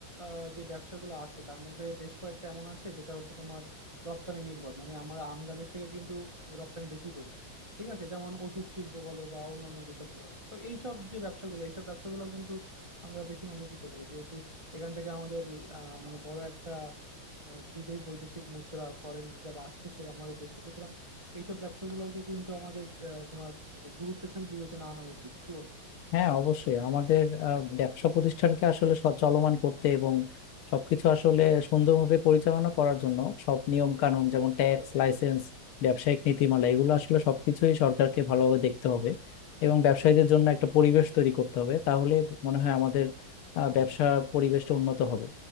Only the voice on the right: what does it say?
আহ, যে ব্যবসাগুলো আছে তার মধ্যে বেশ কয়েকটা এমন আছে যেটা হচ্ছে তোমার রপ্তানি নির্ভর মানে আমরা আমদানি থেকে কিন্তু রপ্তানি বেশি করি ঠিক আছে যেমন ওষুধ শিল্প বলো বা অন্যান্য যেসবগুলো আছে তো এইসব যে ব্যবসাগুলো এইসব ব্যবসাগুলো কিন্তু আমরা বেশি নজর দিতে পারি যেহেতু এখান থেকে আমাদের আহ, মানে বড় একটা আহ, বিদেশি বৈদেশিক মুদ্রা ফরেন রিজার্ভ আসতেছে আমাদের দেশে সুতরাং এইসব ব্যবসাগুলোকে কিন্তু আমাদের আহ, তোমার গুরুত্বের সাথে বিবেচনা আনা উচিত কি বল